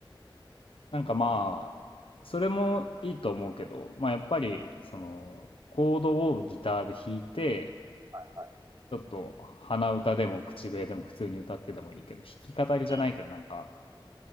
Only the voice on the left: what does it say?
なんかまあ、それもいいと思うけど、まあやっぱり、
その、コードをギターで弾いて、
ちょっと鼻歌でも口笛でも普通に歌ってでもいいけど、弾き語りじゃないけどなんか、